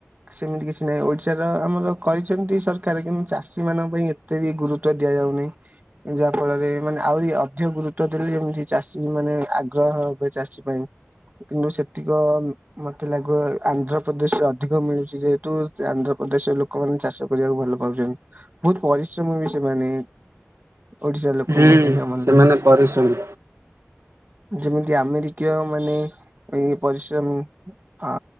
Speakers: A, on the right; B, on the right.
A: ସେମିତି କିଛି ନାହିଁ ଓଡିଶାର ଆମର କଚ କେମତି ସରକାର କେମିତି ଚାଷୀ ମାନଙ୍କ ପାଇଁ ଏତେ ବି ଗୁରୁତ୍ୱ ଦିଆଯାଉନାହିଁ ଯାହା ଫଳରେ ମାନେ ଆହୁରି ଅଧିକ ଗୁରୁତ୍ୱ ଦେଲେ ଯେମିତି ଚାଷୀ ମାନେ ଆଗ୍ରହ ହଏ ଚାଷୀ ପାଇଁ କିନ୍ତୁ ସେତିକ ମତେ ଲାଗୁ ଆନ୍ଧ୍ରପ୍ରଦେଶରେ ଅଧିକ ମିଳୁଛି ଯେହେତୁ ଆନ୍ଧ୍ର ପ୍ରଦେଶରେ ଲୋକମାନେ ଚାଷ କରିବାକୁ ଭଲ ପାଉଛନ୍ତି ବହୁତ ପରିଶ୍ରମ ବି ସେମାନେ ଓଡିଶାର ଲୋକଙ୍କ
B: ହୁଁ
A: ପାଇଁ କମ
B: ସେମାନେ
A: ନାହିଁ।
B: ପରିଶ୍ରମୀ
A: ଯେମିତି ଆମେରିକୀୟ ମାନେ ଏଇ ପରିଶ୍ରମୀ ଆ